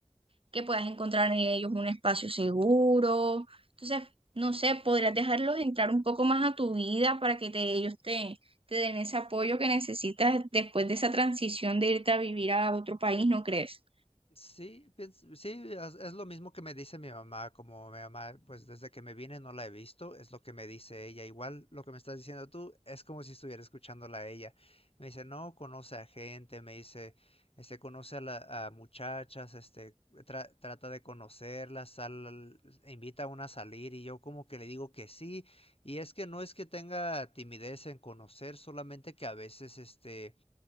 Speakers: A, on the right (about 55°); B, on the left (about 55°).
A: que puedas encontrar en ellos un espacio seguro. Entonces, no sé, podrías dejarlos entrar un poco más a tu vida para que te- ellos te, te den ese apoyo que necesitas después de esa transición de irte a vivir a otro país, ¿no crees?
B: Sí, piens- sí, es, es lo mismo que me dice mi mamá, como mi mamá, pues desde que me vine no la he visto, es lo que me dice ella. Igual lo que me estás diciendo tú es como si estuviera escuchándola a ella. Me dice, no, conoce a gente, me dice, este, conoce a, la- a muchachas, este, tra- trata de conocerlas, sal, e invita a una a salir y yo como que le digo que sí. Y es que no es que tenga timidez en conocer, solamente que a veces, este...